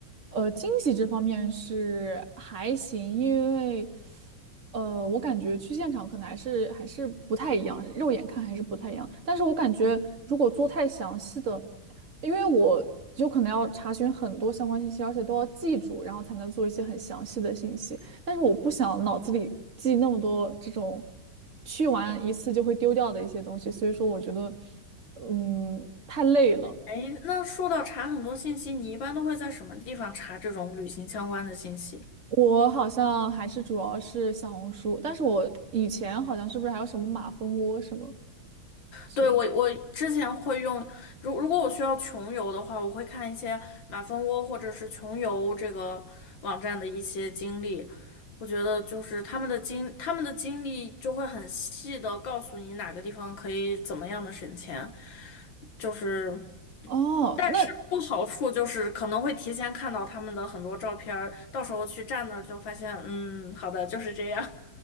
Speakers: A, on the right; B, on the left.
A: 呃，惊喜这方面是还行，因为呃，我感觉去现场可能还是还是不太一样，肉眼看还是不太一样。但是我感觉如果做太详细的，因为我就可能要查询很多相关信息，而且都要记住，然后才能做一些很详细的信息。但是我不想脑子里记那么多这种去完一次就会丢掉的一些东西，所以说我觉得，嗯，太累了。
B: 哎，那说到查很多信息，你一般都会在什么地方查这种旅行相关的信息？
A: 我好像还是主要是小红书，但是我以前好像是不是还有什么马蜂窝什么？之类的。
B: 对，我我之前会用，如如果我需要穷游的话，我会看一些马蜂窝或者是穷游这个网站的一些经历。我觉得就是他们的经他们的经历就会很细的告诉你哪个地方可以怎么样的省钱，就是，
A: 哦，
B: 但是不好处就是可能会提前看到他们的很多照片儿，
A: 那
B: 到时候去站那儿就发现，嗯，好的，就是这样。